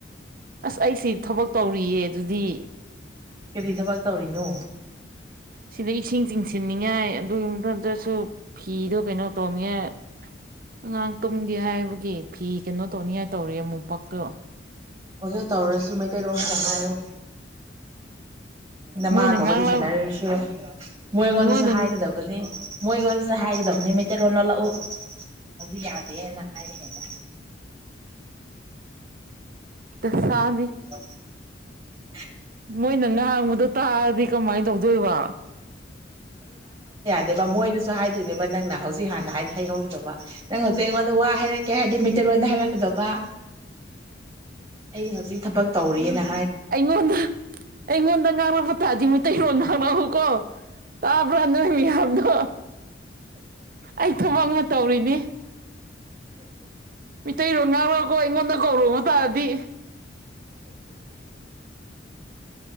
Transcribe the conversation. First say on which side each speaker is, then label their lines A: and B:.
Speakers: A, on the right; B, on the right.
A: ꯑꯁ ꯑꯩꯁꯤ ꯊꯕꯛ ꯇꯧꯔꯤꯌꯦ ꯑꯗꯨꯗꯤ꯫
B: ꯀꯔꯤ ꯊꯕꯛ ꯇꯧꯔꯤꯅꯣ꯫
A: ꯁꯤꯗ ꯏꯁꯤꯡ ꯆꯤꯡꯁꯤꯟꯅꯤ ꯅꯤꯡꯉꯥꯏ ꯑꯗꯨꯒꯤ ꯃꯊꯛꯇꯁꯨ ꯐꯤꯗꯣ ꯀꯩꯅꯣ ꯇꯧꯅꯤꯉꯥꯏ ꯑꯉꯥꯡ ꯇꯨꯝꯒꯦ ꯍꯥꯏꯕꯒꯤ ꯐꯤ ꯀꯩꯅꯣ ꯇꯧꯅꯤꯉꯥꯏ ꯇꯧꯔꯤ ꯃꫭꯝꯄꯛꯇꯣ꯫
B: ꯍꯧꯖꯤꯛ ꯇꯧꯔꯁꯨ ꯃꯩꯇꯩ ꯔꯣꯡꯑꯒ ꯍꯥꯏꯔꫭ ꯅꯃꯥꯒ
A: ꯃꯣꯏꯅ ꯉꯥꯡꯂꯛ
B: ꯋꯥꯔꯤ ꯁꯥꯟꯅꯔꯁꯨ ꯃꯣꯏ ꯉꯣꯟꯗꯁꯨ
A: ꯃꯣꯏꯅ
B: ꯍꯥꯏꯒꯗꯕꯅꯤ꯫ ꯃꯣꯏꯒ ꯆ ꯍꯥꯏꯒꯗꯝꯅꯤ ꯃꯇꯩ ꯔꯣꯂ ꯂꫭꯜꯂꯛꯎ ꯑꯗꯨ ꯌꯥꯗꯦꯅ ꯍꯥꯏꯔꯛꯑꯦꯗ
A: ꯇ ꯁꯥꯟ
B: <unintelligible>
A: ꯃꯣꯏꯅ ꯉꯥꯡꯕꯗꯨ ꯇꯥꯔꯗꯤ ꯀꯃꯥꯏꯅ ꯇꯧꯗꯣꯏꯕꯥ꯫
B: ꯇꯦꯕ ꯃꯣꯏꯗꯁꯨ ꯍꯥꯏ ꯅꯤꯕ ꯅꯪꯅ ꯍꯧꯖꯤꯛ ꯍꯥꯟ ꯍꯥꯏ ꯍꯩꯍꯧꯗꯕ ꯅꯪ ꯍꯧꯖꯤꯛ ꯑꯩꯉꯣꯟꯗ ꯋꯥ ꯍꯥꯏꯔꯛꯀꯦ ꯍꯥꯏꯗꯤ ꯃꯩꯇꯩꯔꫭꯟꯗ ꯍꯥꯏꯔꯛ ꯀꯗꯕꯥ ꯑꯩ ꯍꯧꯖꯤꯛ ꯊꯕꯛ ꯇꯧꯔꯤꯌꯦꯅ
A: ꯑꯩꯉꯣꯟꯗ ꯑꯩꯉꯣꯟꯗ ꯉꯥꯡ ꯐ ꯇꯥꯗꯤ ꯃꯩꯇꯩꯔꫭꯟꯗ ꯉꯥꯡꯅꯍꯧ ꯀꯣ ꯇꯥꯕ꯭ꯔ ꯅꫭꯏ ꯌꯥꯝꯗꫭ꯫ ꯑꯩ ꯊꯕꯛꯅ ꯇꯧꯔꯤꯅꯤ ꯃꯤꯇꯩꯔꯣꯟ ꯉꯥꯡꯔꯛꯎꯀꯣ ꯑꯩꯉꯣꯟꯗ ꯀꯧꯔꯛꯑꯣ ꯇꯥꯔꯗꯤ꯫